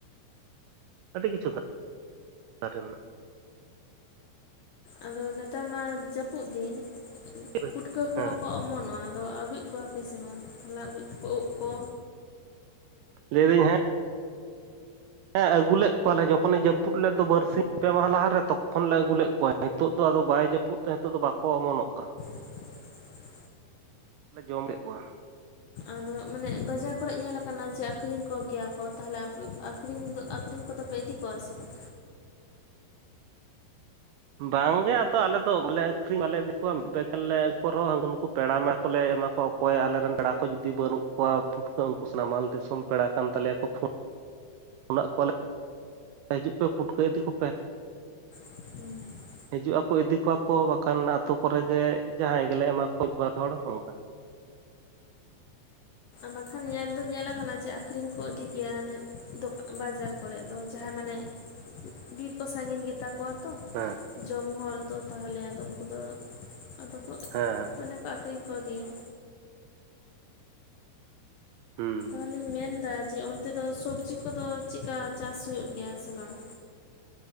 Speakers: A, on the right; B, on the left.
A: ᱟᱹᱰᱤ ᱠᱤᱪᱷᱩ ᱫᱟᱨᱮ ᱢᱮᱱᱟᱜᱼᱟ᱾
B: ᱟᱫᱚ ᱱᱮᱛᱟᱨ ᱢᱟ ᱡᱟᱹᱯᱩᱫ ᱫᱤᱱ
A: ᱢᱮᱱᱟᱜᱼᱟ
B: ᱯᱩᱴᱠᱟᱹ ᱠᱚᱦᱚᱸ
A: ᱦᱮᱸ
B: ᱠᱚ ᱚᱢᱚᱱᱚᱜᱼᱟ᱾ ᱟᱫᱚ ᱟᱹᱜᱩᱡ ᱠᱚᱣᱟᱯᱮ ᱥᱮ ᱵᱟᱝ ᱦᱚᱚᱞᱮ ᱟᱹᱜᱩᱡᱠᱚ ᱩᱵ ᱠᱚ
A: ᱞᱟᱹᱭ ᱮᱫᱟᱹᱧ ᱦᱮᱸ ᱦᱮᱸ ᱟᱹᱜᱩᱞ ᱞᱮᱫ ᱠᱚᱣᱟᱞᱮ ᱡᱚᱠᱷᱚᱱᱮ ᱡᱟᱹᱯᱩᱫ ᱞᱮᱫ ᱫᱚ ᱵᱟᱨᱥᱤᱧ ᱯᱮ ᱢᱟᱦ ᱞᱟᱦᱟᱨ ᱨᱮ ᱛᱚᱠᱷᱚᱱ ᱞᱮ ᱟᱹᱜᱩᱞ ᱞᱮᱫ ᱠᱚᱣᱟ ᱱᱤᱛᱚᱜ ᱫᱚ ᱟᱫᱚ ᱵᱟᱭ ᱡᱟᱹᱯᱩᱫ ᱨᱟᱹᱯᱩᱫ ᱛᱮ ᱱᱤᱛᱚᱜ ᱫᱚ ᱵᱟᱠᱚ ᱚᱢᱚᱱᱚᱜ ᱠᱟᱱᱟ᱾
B: <inaudible>
A: ᱞᱮ ᱡᱚᱢ ᱠᱮᱫ ᱠᱚᱣᱟ᱾
B: ᱟᱫᱚ ᱢᱟᱱᱮ ᱵᱟᱡᱟᱨ ᱠᱚᱨᱮ ᱧᱮᱞᱞᱟ ᱟᱠᱟᱱᱟ ᱡᱮ ᱟᱠᱠᱷᱨᱤᱧ ᱠᱚᱜᱮᱭᱟ ᱠᱚ᱾ ᱛᱟᱦᱚᱞᱮᱯᱮ ᱟᱹᱠᱷᱨᱤᱧ ᱫᱚ ᱟᱹᱠᱷᱨᱤᱧ ᱠᱚᱫᱚᱯᱮ ᱤᱫᱤ ᱠᱚᱣᱟ ᱥᱮ ᱵᱟᱝ
A: ᱵᱟᱝᱜᱮ ᱟᱫᱚ ᱟᱞᱮ ᱫᱚᱮ ᱟᱹᱠᱷᱨᱤᱧ ᱵᱟᱞᱮ ᱤᱫᱤ ᱠᱚᱣᱟ ᱢᱤᱫ ᱵᱟᱱ ᱞᱮ ᱩᱱ ᱨᱮᱦᱚᱸ ᱩᱱᱠᱩ ᱱᱩᱠᱩ ᱯᱮᱲᱟ ᱢᱮᱲᱟ ᱠᱚᱞᱮ ᱮᱢᱟ ᱠᱚᱣᱟ᱾ ᱚᱠᱚᱭ ᱟᱞᱮᱨᱮᱱ ᱯᱮᱲᱟ ᱠᱚ ᱡᱩᱫᱤ ᱵᱟᱹᱱᱩᱜ ᱠᱚᱣᱟ ᱯᱩᱴᱠᱟᱹ ᱩᱱᱠᱩ ᱥᱟᱱᱟᱢᱟᱞ ᱫᱤᱥᱚᱢ ᱯᱮᱲᱟ ᱠᱟᱱ ᱛᱟᱞᱮᱭᱟᱠᱚ ᱯᱷ <inaudible> ᱠᱚᱣᱟᱞᱮ ᱦᱤᱡᱩᱜ ᱯᱮ ᱯᱩᱴᱠᱟᱹ ᱤᱫᱤ ᱠᱚᱯᱮ
B: ᱦᱩᱸ
A: ᱦᱤᱡᱩᱜ ᱟᱠᱚ ᱤᱫᱤ ᱠᱚᱣᱟ ᱠᱚ ᱵᱟᱠᱷᱟᱱ ᱟᱛᱳ ᱠᱚᱨᱮ ᱜᱮᱮ ᱡᱟᱦᱟᱸᱭ ᱜᱮᱞᱮ ᱮᱢᱟ ᱠᱚ ᱵᱟᱨ ᱦᱚᱲ ᱚᱱᱠᱟ᱾
B: ᱵᱟᱠᱷᱟᱱ ᱧᱮᱞ ᱫᱚ ᱧᱮᱞᱟ ᱟᱠᱟᱱᱟ ᱡᱮ ᱟᱠᱷᱨᱤᱧ ᱠᱚ ᱤᱫᱤ ᱜᱮᱭᱟ ᱟᱱᱮ ᱫᱚᱟᱱ ᱵᱟᱡᱟᱨ ᱠᱚᱨᱮᱮᱫ ᱫᱚ ᱡᱟᱦᱟᱸᱭ ᱢᱟᱱᱮ ᱵᱤᱨ ᱠᱚ ᱥᱟᱺᱜᱤᱧ ᱜᱮᱛᱟ ᱠᱚᱣᱟ ᱛᱚ
A: ᱦᱮᱸ
B: ᱡᱚᱢ ᱦᱚᱲ ᱛᱚ ᱛᱟᱦᱚᱞᱮ ᱟᱫᱚ ᱩᱱᱠᱩ ᱫᱚ ᱟᱫᱚ ᱠᱚ
A: ᱦᱮᱸ ᱦᱮᱸ
B: ᱢᱟᱱᱮ ᱠᱚ ᱟᱹᱷᱨᱤᱧ ᱠᱚᱜᱮᱭᱟ᱾
A: ᱦᱩᱸ
B: ᱛᱟᱦᱚᱞᱮᱧ ᱢᱮᱱ ᱮᱫᱟ ᱡᱮ ᱚᱱᱛᱮ ᱫᱚ ᱥᱚᱵᱽᱡᱤ ᱠᱚᱫᱚ ᱪᱮᱫᱠᱟ ᱪᱟᱥ ᱦᱩᱭᱩᱜ ᱜᱮᱭᱟ ᱥᱮ ᱵᱟᱝ?